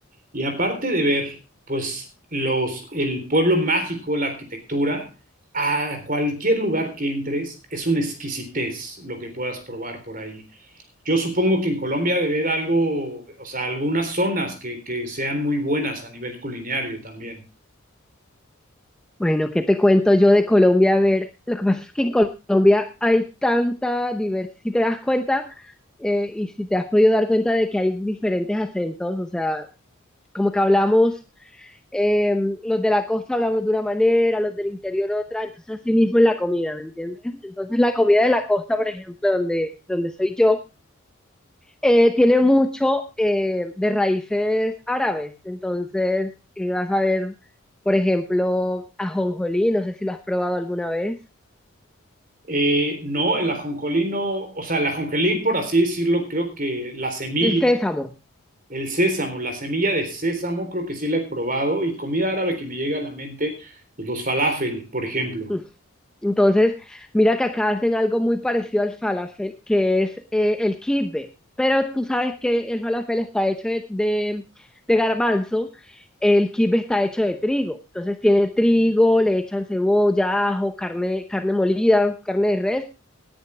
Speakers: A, on the right; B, in the centre.
A: y aparte de ver, pues, los, el pueblo mágico, la arquitectura, a cualquier lugar que entres es una exquisitez lo que puedas probar por ahí. Yo supongo que en Colombia debe haber algo, o sea, algunas zonas que, que sean muy buenas a nivel culinario también.
B: Bueno, ¿qué te cuento yo de Colombia? A ver, lo que pasa es que en Colombia hay tanta diversidad, si te das cuenta eh, y si te has podido dar cuenta de que hay diferentes acentos, o sea, como que hablamos, eh, los de la costa hablamos de una manera, los del interior otra, entonces así mismo en la comida, ¿me entiendes? Entonces la comida de la costa, por ejemplo, donde, donde soy yo, eh, tiene mucho eh, de raíces árabes. Entonces, eh, vas a ver, por ejemplo, ajonjolí, no sé si lo has probado alguna vez,
A: Eh, no, el ajonjolí no, o sea, el ajonjolí, por así decirlo, creo que la semilla,
B: el sésamo.
A: el sésamo, la semilla de sésamo, creo que sí la he probado y comida árabe que me llega a la mente, pues los falafel, por ejemplo.
B: Mm. Entonces, mira que acá hacen algo muy parecido al falafel, que es eh, el kibbe. Pero tú sabes que el falafel está hecho de, de, de garbanzo, el kibbe está hecho de trigo. Entonces tiene trigo, le echan cebolla, ajo, carne, carne molida, carne de res,